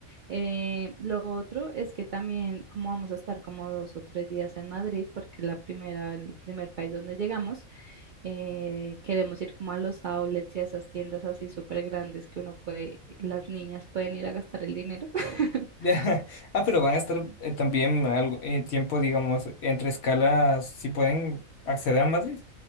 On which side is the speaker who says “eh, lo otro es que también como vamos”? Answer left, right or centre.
Right